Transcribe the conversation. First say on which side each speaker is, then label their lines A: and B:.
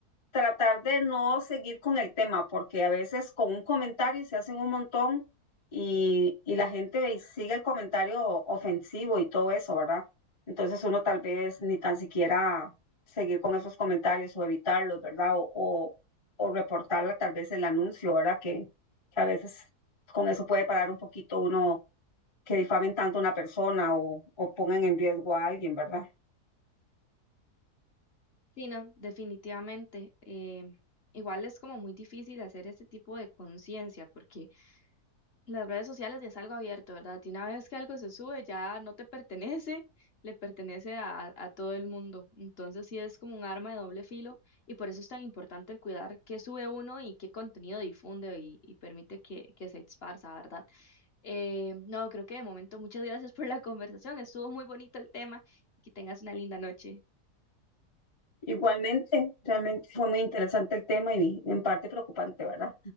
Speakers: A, on the left; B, on the left.
A: tratar de no seguir con el tema, porque a veces con un comentario se hacen un montón y, y la gente ve- y sigue el comentario ofensivo y todo eso, ¿verdad? Entonces uno tal vez ni tan siquiera seguir con esos comentarios o evitarlos, ¿verdad? O, o, o reportarla tal vez el anuncio, ¿verdad? Que, que a veces con eso puede parar un poquito uno que difamen tanto a una persona o, o pongan en riesgo a alguien, ¿verdad?
B: Sí, no, definitivamente. eh, igual es como muy difícil hacer ese tipo de conciencia, porque Las redes sociales ya es algo abierto, ¿verdad? Y una vez que algo se sube, ya no te pertenece, le pertenece a, a todo el mundo. Entonces sí es como un arma de doble filo y por eso es tan importante el cuidar qué sube uno y qué contenido difunde y, y permite que, que se esparza, ¿verdad? Eh, no, creo que de momento muchas gracias por la conversación. Estuvo muy bonito el tema y que tengas una linda noche.
A: Igualmente, realmente fue muy interesante el tema y en parte preocupante, ¿verdad?